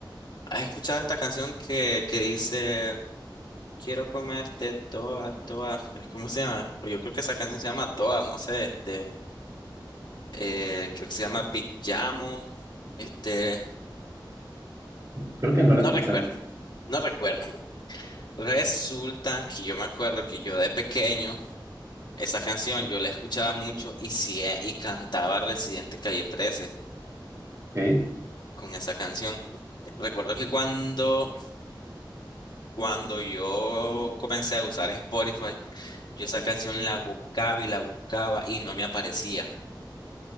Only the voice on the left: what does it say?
¿has escuchado esta canción que, que dice, quiero comerte toda, toda? ¿Cómo se llama? O Yo creo que esa canción se llama Toda, no sé, este, eh, creo que se llama Big Llamo, este,
no
recuerdo, no recuerdo. Resulta que yo me acuerdo que yo de pequeño Esa canción yo la escuchaba mucho y, sí, eh, y cantaba Residente Calle trece
con esa canción. Recuerdo que cuando, cuando yo comencé a usar Spotify, yo esa canción la buscaba y la buscaba y no me aparecía.